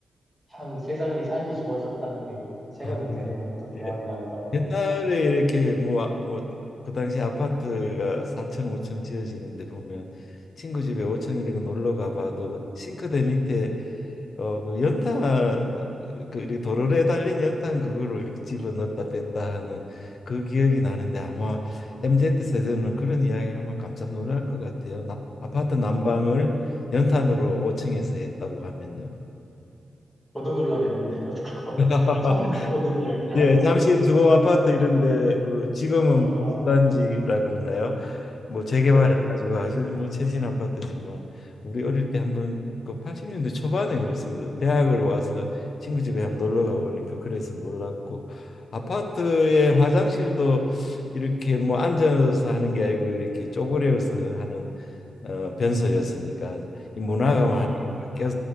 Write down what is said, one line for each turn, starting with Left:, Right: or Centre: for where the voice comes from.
Centre: 참 세상이 살기 좋아졌다는 게 이렇게 체감이
Left: 아, 네.
Centre: 되네요. 또 대화를
Left: 예.
Centre: 나누다 보니까.
Left: 옛날에 이렇게 뭐 아, 뭐그 당시 아파트가 4층 5층 지어지는데 보면 친구 집에 5층 이런 거 놀러 가봐도 그 싱크대 밑에 어 그 연탄 아, 그 이렇게 도로에 달린 연탄 그거를 이렇게 집어 넣었다 뺐다 하는 그 기억이 나는데 아마 MZ 세대는 그런 이야기 하면 깜짝 놀랄 것 같아요. 나, 아파트 난방을 연탄으로 5층에서 했다고 하면요.
Centre: 저도 놀라겠는데요. <laughs> 그건
Left: <laughs>
Centre: 처음 들어보는 이야기라.
Left: 예, 잠실 주공 아파트 이런데 그 지금은
Centre: 아,
Left: 단지라 그러나요? 뭐 재개발해가지고
Centre: 네.
Left: 아주 뭐 최신 아파트지만 우리 어릴 때 한번 그 80년대 초반에 그랬습니다. 대학을 와서 친구 집에 한번 놀러 가보니까 그래서 놀랐고 아파트의 화장실도 이렇게 뭐 앉아서 하는 게 아니고 이렇게 쪼그려서 하는 어, 변소였으니까 이 문화가
Centre: 아,
Left: 많이 바뀌어